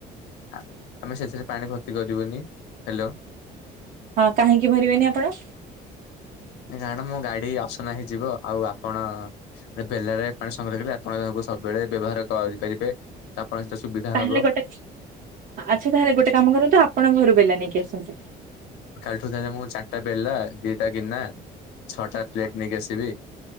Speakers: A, on the left; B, on the right.
A: ଆମେ ସେଥିରେ ପାଣି ଭର୍ତ୍ତି କରିବୁନି। ହେଲୋ।
B: ହଁ କାହିଁକି ଭରିବେନି ଆପଣ?
A: ନା ନା ମୋ ଗାଡି ଅସନା ହେଇଯିବ ଆଉ ଆପଣ ଗୋଟେ ବେଲାରେ ପାଣି ସଂଗ୍ରହ କରି ଆପଣ ତାଙ୍କୁ ସବୁବେଳେ ବ୍ୟବହାର କରିପାରିବେ। ଆପଣ ସେ ସୁବିଧା
B: ତାହେଲେ
A: ହବ
B: ଗୋଟେ ଆଚ୍ଛା ତାହେଲେ ଗୋଟେ କାମ କରନ୍ତୁ ଆପଣଙ୍କ ଘରୁ ବେଲା ନେଇକି ଆସନ୍ତୁ।
A: କାଲିଠୁ ତାେଲେ ମୁଁ ଚାରିଟା ବେଲଲା ଦିଟା ଗିନା ଛଅଟା ପ୍ଲେଟ ନେଇକି ଆସିବି।